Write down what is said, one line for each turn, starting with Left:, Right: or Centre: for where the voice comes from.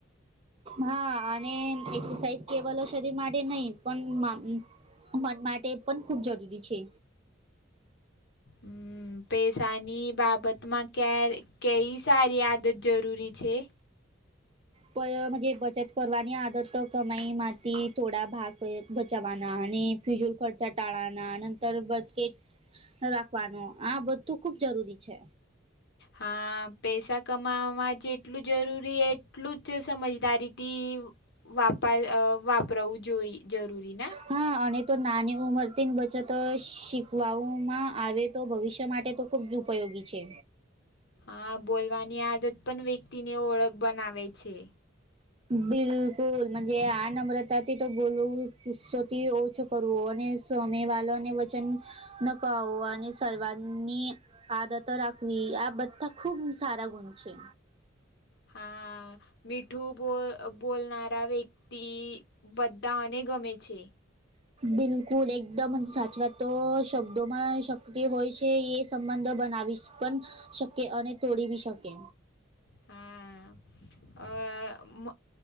Right: હા અને એક્સસાઇઝ કેવલો શરીર માટે નઈ પન માં મન માટે પણ ખૂબ જરૂરી છે.
Left: હમ્મ, પેઈસાની બાબત માં કેર કેયી સારી આદત જરૂરી છે?
Right: બય મન્જે બચત કરવાની આદત તો, કમાઈ માંથી થોડા ભાગ કોય બચાવવાના અને ફિજૂલ ખર્ચા ટાળાના નંતર બટકે જ. રાખવાનું આ બધું ખુબ જરૂરી છે.
Left: હા, પેઈસા કમાઆમાં જેટલું જરૂરી એ એટલું જ સમજદારીથી વાપાઆ અ વાપરાવું જોઈ જરૂરી ને.
Right: હા, અને તો નાની ઉંમરથી જ બચત શીકવાવુંમાં આવે, તો ભવિષ્ય માટે તો ખૂબ જુ પયોગી છે.
Left: આ બોલવાની આદત પણ વ્યેક્તિને ઓળખ બનાવે છે.
Right: બિલકુલ, મજે આ નમ્રતાથી તો બોલું ગુસ્સોથી ઓછો કરવો અને સમે વાલોને વચન નકાવું અને સર્વાન્ની આદતો રાખવી આ બધ્ધા ખુંબ સારા ગુણ છે.
Left: હા, મી ઠું બો અ બોલનારા વ્યક્તિ બધ્ધા અને ગમે છે.
Right: બિલકુલ, એકદમ જ સાચવાતો શબ્દોમાં શક્તિ હોય છે એ સંબંધો બનાવીશ પણ શકે અને તોડી બી શકે.
Left: હા, અ મ